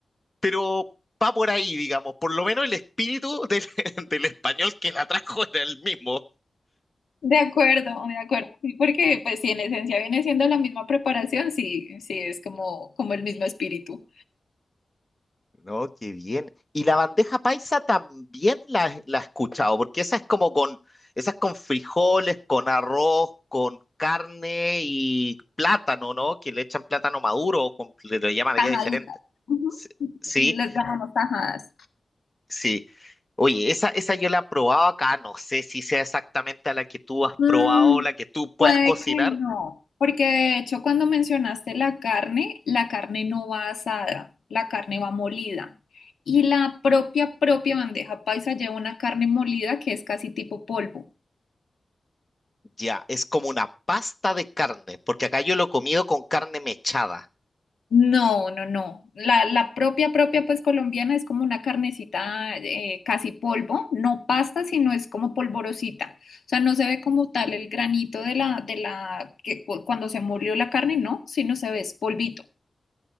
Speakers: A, on the left (about 20°); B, on the left (about 80°).
A: pero va por ahí, digamos. Por lo menos el espíritu del, <laughs> del español que la trajo era el mismo.
B: de acuerdo, de acuerdo. Sí, porque pues si en esencia viene siendo la misma preparación, sí, sí, es como, como el mismo espíritu.
A: No, qué bien. Y la bandeja paisa también la, la he escuchado, porque esa es como con, esa es con frijoles, con arroz, con carne y plátano, ¿no? Que le echan plátano maduro, o con- le, le llaman
B: tajaditas.
A: allá diferente.
B: Ujú.
A: Sí, sí.
B: Les llamamos tajadas.
A: sí. Oye, esa, esa yo la he probado acá, no sé si sea exactamente a la que tú has
B: Mm,
A: probado o la que tú puedes
B: puede
A: cocinar.
B: que no, porque de hecho cuando mencionaste la carne, la carne no va asada, la carne va molida. Y la propia, propia bandeja paisa lleva una carne molida que es casi tipo polvo.
A: Ya, es como una pasta de carne, porque acá yo lo he comido con carne mechada.
B: No, no, no. La, la propia, propia, pues colombiana es como una carnecita eh, casi polvo, no pasta, sino es como polvorosita. O sea, no se ve como tal el granito de la, de la, que cu- cuando se molió la carne, no, sino se ve es polvito.